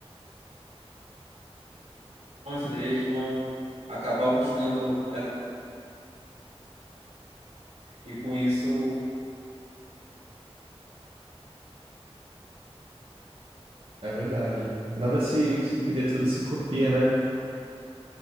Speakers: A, on the right; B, on the right.
A: deles vão acabar buscando e com isso
B: É verdade. Nada se, se cria, tudo se copia, né?